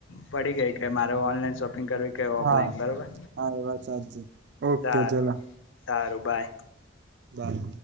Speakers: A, on the left (about 75°); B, on the right (about 60°).
A: પડી ગઈ કે મારે ઓનલાઈન શોપ- કે ઓફલાઈન
B: હા
A: બરોબર
B: હા એ વાત સાચી ઓકે
A: સારું
B: ચલો
A: સારું બાય
B: બાય